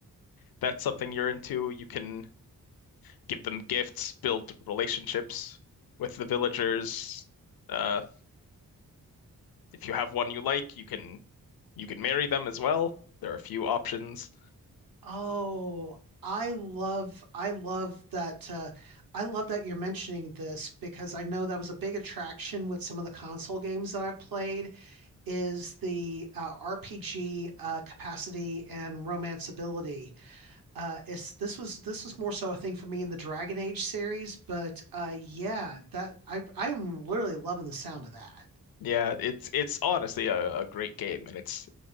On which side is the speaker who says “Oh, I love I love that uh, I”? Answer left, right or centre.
Right